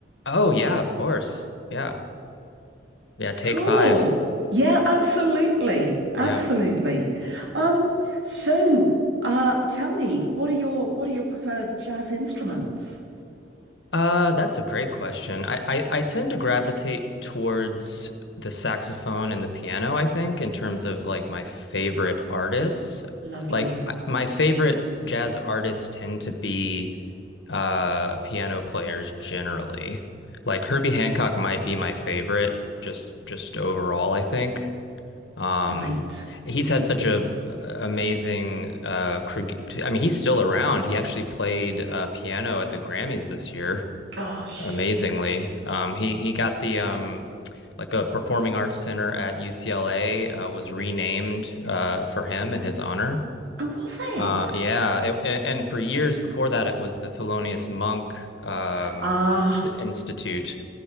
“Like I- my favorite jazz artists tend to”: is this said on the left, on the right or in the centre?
Left